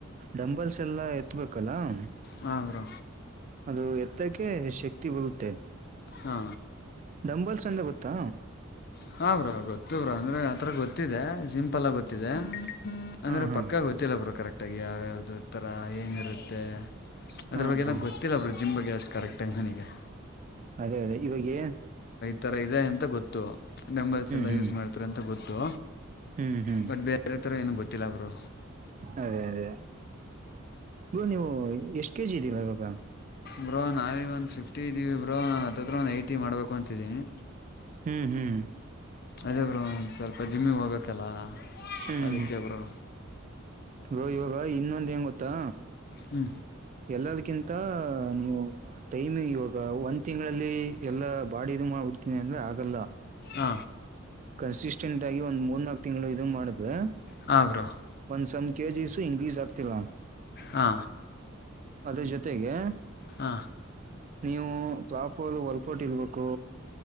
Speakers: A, on the right; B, on the left.
A: ಡಂಬಲ್ಸ್ ಎಲ್ಲ ಎತ್ತಬೇಕು ಪಲಂಗ್
B: ಹ ಬ್ರೋ
A: ಅದು ಎತ್ತಕ್ಕೆ ಶಕ್ತಿ ಬರುತ್ತೆ
B: ಹಾ
A: ಡಂಬಲ್ಸ್ ಅಂದ ಗೊತ್ತಾ
B: ಹ್ರ ಗೊತ್ತ್ರ ಅಂದ್ರೆ ಆತ್ರರ ಗೊತ್ತಿದೆ ಸಿಂಪಲ್ ಆಗ ಗೊತ್ತಿದೆ ಅಂದ್ರೆ
A: ಹಾ ಹಾ
B: ಪಕ್ಕ ಗೊತ್ತಿಲ್ಲ ಬ್ರೋ ಕರೆಕ್ಟಾಗಿ ಯಾವತರ ಹೇಗೆ ಇರುತ್ತೆ ಅದ್ರ
A: ಹಾ
B: ಬಗ್ಗೆ
A: ಹಾ
B: ಎಲ್ಲ ಗೊತ್ತಿಲ್ಲ ಬರು ಜಿಮ್ ಬಗ್ಗೆ ಅಷ್ಟು ಕರೆಕ್ಟ್ಟಂಗ ನನಗೆ
A: ಅದೇ ಅದೇ ಇವಾಗ ಗೆನ್
B: ತರ ಇದೆ ಅಂತ ಗೊತ್ತು ಡಂಬಲ್ಸ್ ಎಲ್ಲ
A: ಹ್ಮ್
B: ಯೂಸ್ ಮಾಡ್ತಾರೆ ಅಂತ ಗೊತ್ತು
A: ಹ್ಮ್ ಹ್ಮ್
B: ಬಟ್ ಬೇರೆ ಹತ್ತರ ಏನ ಗೊತ್ತಿಲ್ಲ ಬರು
A: ಅದೇ ಅದೇ ಬ್ರೋ ನೀವು ಎಷ್ಟ ಕೆಜಿ ಇದಿರಾ ಇವಾಗ
B: ಬ್ರೋ ನಾವೀಗ ಒಂದು ಫಿಫ್ಟಿ ಇದ್ದೀವಿ ಬ್ರೋ ನಾನು ಹತ್ತತ್ರ ಒಂದು ಏಯ್ಟಿ ಮಾಡ್ಬೇಕು ಅಂತಿದ್ದೀನಿ
A: ಹ್ಮ್ ಹ್ಮ್
B: ಅದೇಬ್ರು ಒ ಸ್ವಲ್ಪ ಜಿಮ್ಮಿಗೆ ಹೋಗತ್ತಲ್ಲ
A: ಹ್ಮ್
B: ಅದಕ್ಕೆಬ್ರು
A: ಬ್ರೋ ಇವಾಗ ಇನ್ನೊಂದ್ ಏನುಗೊತ್ತಾ
B: ಹ್ಞೂ
A: ಎಲ್ಲದಕಿಂತ ನೀವು ಟೈಮ್ ಇವಾಗ ಒಂದ್ ತಿಂಗಳಲ್ಲಿ ಎಲ್ಲಾ ಬಾಡ ಇದು ಮಾಡ ನಡ್ತೀಿ ಅಂದ್ರೆ ಆಗಲ್ಲ
B: ಹ
A: ಕನ್ಸಿಸ್ಟೆಂಟ್ ಆಗಿ ಒಂದ್ ಮೂರ್ ನಾಲ್ಕು ತಿಂಗಳು ಇದು ಮಾಡಿದ್ವೆ
B: ಹ ಬ್ರೋ
A: ಸಮ್ ಕೆಜಿ ಸು ಇನ್ಕ್ರೀಸ್ ಆಗ್ತೀರಾ
B: ಹಾ
A: ಅದ್ರ ಜೊತೆಗೆ
B: ಹಾ
A: ನೀವು ಪ್ರಾಪರ್ ವರ್ಕೌಟ್ ಇರ್ಬೇಕು